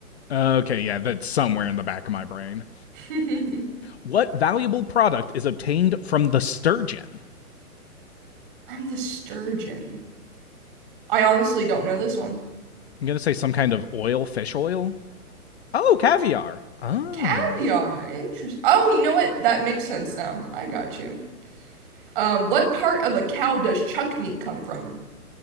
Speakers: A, on the left; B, on the right.
A: Okay, yeah, that's somewhere in the back of my brain.
B: <laughs> from
A: What valuable product is obtained from the sturgeon?
B: the sturgeon. I honestly don't know this one.
A: I'm going to say some kind of oil, fish oil. Oh, caviar. Ah.
B: Caviar. Interesting. Oh, you know what? That makes sense now. I got you. Um, what part of a cow does chuck meat come from?